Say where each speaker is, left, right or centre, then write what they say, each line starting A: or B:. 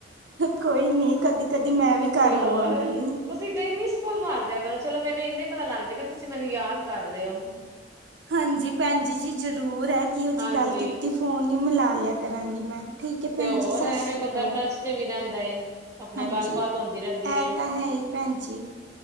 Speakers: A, on the right; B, on the right.
A: ਕੋਈ ਨੀ ਕਦੀ-ਕਦੀ ਮੈਂ ਵੀ ਕਰ
B: ਤੇ ਹੋਰ
A: ਲਵਾਂਗੀ।
B: ਤੁਸੀਂ ਕਈ ਮਿਸ ਕੋਲ ਮਾਰਦਿਆਂ ਕਰੋ, ਚਲੋ ਮੈਨੂੰ ਇੰਨੇ ਪਤਾ ਲੱਗਜੇਗਾ ਕੇ ਤੁਸੀਂ ਮੈਨੂੰ ਯਾਦ ਕਰ ਰਏ ਓਂ।
A: ਹਾਂਜੀ ਭੈਨ ਜੀ-ਜੀ ਜ਼ਰੂਰ ਐ ਕਿਓ
B: ਹਾਂਜੀ
A: ਜੀ ਗੱਲ ਕੀਤੀ ਫੋਨ ਈ ਮਿਲਾ ਲਿਆ ਕਰਾਂਗੀ ਮੈਂ। ਠੀਕ ਐ ਭੈਨ
B: ਤੇ ਹੋਰ
A: ਜੀ ਸਸ
B: ਐਵੇਂ ਬੰਦਾ
A: ਰੀ ਕਾਲ,
B: ਟੱਚ ਚ ਵੀ ਰਹਿੰਦਾ ਏ। ਆਪਣਾ
A: ਹਾਂਜੀ
B: ਗੱਲਬਾਤ ਹੁੰਦੀ ਰਹਿੰਦੀ
A: ਐ
B: ਏ,
A: ਤਾਂ ਹੈ ਈ ਭੈਨ ਜੀ।